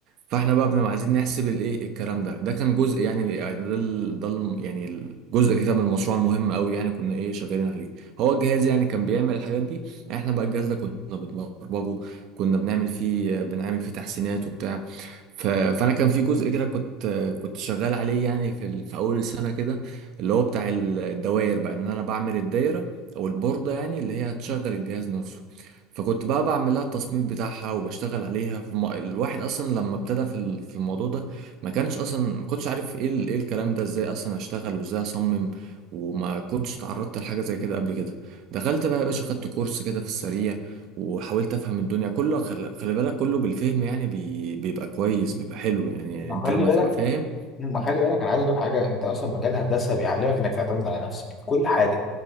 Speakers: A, on the right (about 50°); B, on the left (about 20°).
A: فاحنا بقى بنبقى عايزين نحسب الايه الكلام ده ده كان جزء يعني يعني ده ال- ده الم- يعني الجزء كده من المشروع مهم قوي يعني كنا ايه شغالين عليه هو الجهاز يعني كان بيعمل الحاجات دي احنا بقى الجهاز ده كنا بنبرمجه كنا بنعمل فيه بنعمل فيه تحسينات وبتاع ف- فانا كان في جزء كده كنت كنت شغال عليه يعني في ال- في اول السنه كده اللي هو بتاع ال- الدوائر بقى ان انا بعمل الدايره او البورده يعني اللي هي هتشغل الجهاز نفسه فكنت بقى بعمل لها التصميم بتاعها وبشتغل عليها في الم... الواحد اصلا لما ابتدى في ال- في الموضوع ده ما كانش اصلا ما كنتش عارف ايه ال- ايه الكلام ده ازاي اصلا اشتغل وازاي اصمم وما كنتش تعرضت لحاجه زي كده قبل كده دخلت بقى يا باشا خدت كورس كده في السريع وحاولت افهم الدنيا كله خل- خلي بالك كله بالفهم يعني بي... بيبقى كويس بيبقى حلو يعني
B: ما
A: انت
B: خلي
A: لما
B: بالك
A: تبقى فاهم
B: ما خلي بالك انا عايز اقول لك حاجه انت اصلا مجال هندسه بيعلمك انك تعتمد على نفسك في كل حاجه